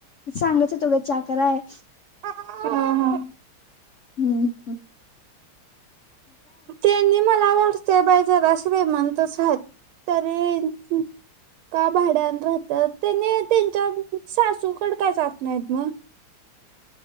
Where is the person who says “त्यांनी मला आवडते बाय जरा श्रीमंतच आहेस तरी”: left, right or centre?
Right